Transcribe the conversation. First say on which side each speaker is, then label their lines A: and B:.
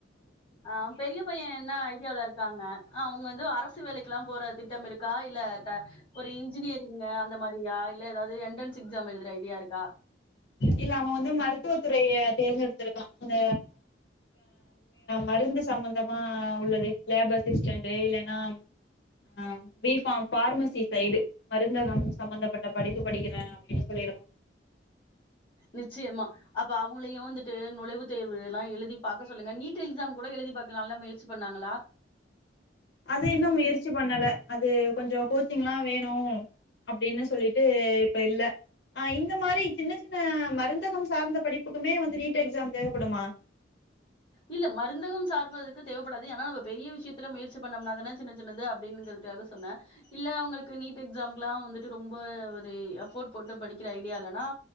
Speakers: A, on the left; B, on the left.
A: ஆ பெரிய பைய என்னாய் இந்தியாவுல இருக்காங்க அனா அவுங்க வந்து அரசு வேலைக்கிலா போற திட்டம் இருக்கா இல்ல தன் ஒரு இன்ஜினியரிங்க அந்த மாரியா இல்ல ஏதாவ்து என்ட்ரன்ஸ் எக்ஸாம் எழுதுற ஐடியா இருக்கா
B: இல்ல அவ வந்து மருத்துவ துறைய தேர்ந்தெடுத்திருக்கா அந்த மருந்து சம்பந்தமா உள்ளது லேப் அசிஸ்டன்டு இல்லேனா ஆ பி ஃபார்ம் பார்மசி சைடு மருந்தகம் சம்பந்தப்பட்ட படிப்பு படிக்கிறே அப்டின் சொல்லியிருக்கோ
A: நிச்சயமா அப்ப அவுங்களையு வந்துட்டு நுழைவு தேர்வு லா எழுதி பாக்க சொல்லுங்க நீட் எக்ஸாம் கூட எழுதி பாக்லாலா முயற்சி பண்ணாங்களா
B: அது இன்னு முயற்சி பண்ணல அது கொஞ்ச கோச்சிங்லா வேணு அப்டினு சொல்லிட்டு இப்ப இல்ல ஆ இந்த மாரி சின்ன சின்ன மருந்தகம் சார்ந்த படிப்புக்குமே வந்து நீட் எக்ஸாம் தேவப்படுமா
A: இல்ல மருந்தகம் சார்ப்பதுக்கு தேவப்படாது ஏனா நம்ம பெரிய விஷயத்துல முயற் சி பண்ணம்ன தானே சின்ன சின்னது அப்டிங்கிறதுக்காக சொன்ன இல்ல அவுங்களுக்கு நீட் எக்ஸாம்கிலா வந்துட்டு ரொம்ப ஒரு எஃபோர்ட் போட்டு படிக்கிற ஐடியா இல்லனா